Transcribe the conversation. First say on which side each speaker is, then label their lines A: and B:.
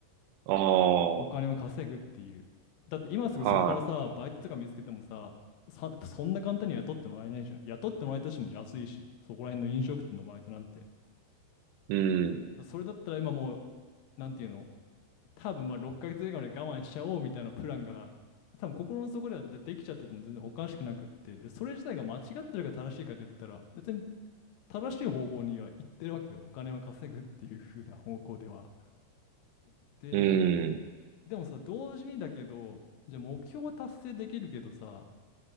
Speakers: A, on the right; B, on the left.
A: ああ。
B: お金を稼ぐっていう。だって今すぐ他のさ、
A: は
B: バイトとか見つけてもさ、さ、そんな簡単には雇ってもらえないじゃん。雇ってもらえたとしても安いし、そこら辺の飲食店のバイトなんて。
A: い。うん。
B: だそれだったら今もう、なんていうの、多分まあ6ヶ月以外まで我慢しちゃおうみたいなプランが、多分心の底ではで、できちゃってても全然おかしくなくって、で、それ自体が間違ってるか正しいかで言ったら、別に正しい方向には行ってるわけよ。お金は稼ぐっていう風な方向では。で、
A: うん。
B: でもさ、同時にだけど、じゃあ目標は達成できるけどさ、